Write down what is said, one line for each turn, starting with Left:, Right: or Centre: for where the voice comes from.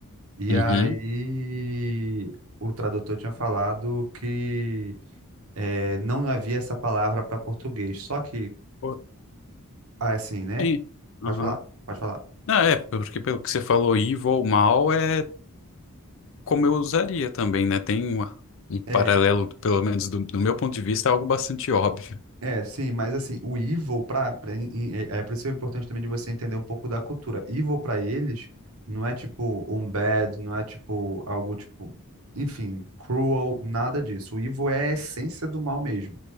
Right: E
Left: uhum.
Right: aí o tradutor tinha falado que é, não havia essa palavra para português. Só que,
Left: Pô,
Right: ah, é assim, né?
Left: é,
Right: Pode
Left: aham.
Right: falar, pode falar.
Left: Não, é, porque pelo que você falou, evil, mal, é como eu usaria também, né? Tem uma- um
Right: É,
Left: paralelo, pelo menos do, do meu ponto de vista, é algo bastante óbvio.
Right: É, sim, mas assim, o evil pra, pra- em- em- é, é por isso que é importante também de você entender um pouco da cultura. Evil pra eles não é tipo um bad, não é tipo algo tipo, enfim, cruel, nada disso. O evil é a essência do mal mesmo.